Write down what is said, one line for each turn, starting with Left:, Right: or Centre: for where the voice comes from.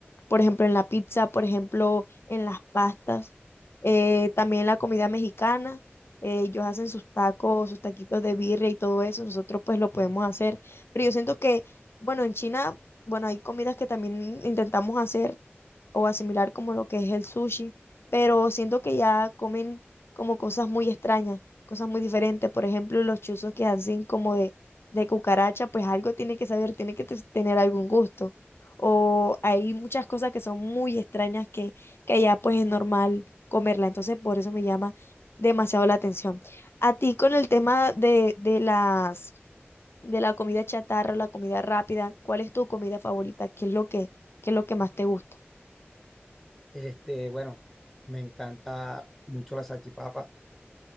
Left: por ejemplo, en la pizza, por ejemplo, en las pastas, eh, también la comida mexicana. eh, ellos hacen sus tacos, sus taquitos de birria y todo eso, nosotros pues lo podemos hacer. Pero yo siento que, bueno, en China, bueno, hay comidas que también intentamos hacer, o asimilar como lo que es el sushi, pero siento que ya comen como cosas muy extrañas, cosas muy diferentes. Por ejemplo, los chuzos que hacen como de, de cucaracha, pues algo tiene que saber, tiene que te- tener algún gusto. O hay muchas cosas que son muy extrañas que, que allá pues es normal comerla. Entonces, por eso me llama demasiado la atención. A ti con el tema de, de las de la comida chatarra, la comida rápida, ¿cuál es tu comida favorita? ¿Qué es lo que, qué es lo que más te gusta?
Centre: Este, bueno, me encanta mucho la salchipapa.